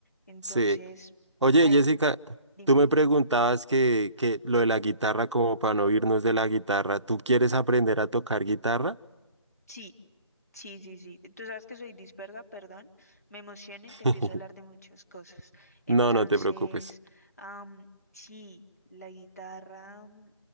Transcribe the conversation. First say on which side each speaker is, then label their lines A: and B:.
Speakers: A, on the left; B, on the right.
A: Entonces,
B: Sí. Oye,
A: ahí,
B: Jessica,
A: dime.
B: tú me preguntabas que, que lo de la guitarra, como para no irnos de la guitarra, ¿tú quieres aprender a tocar guitarra?
A: Sí, sí, sí, sí. Tú sabes que soy dispersa, perdón. Me emociono y
B: <laughs>
A: te empiezo a hablar de muchas cosas. Entonces,
B: No, no te preocupes.
A: am, sí, la guitarra, mm,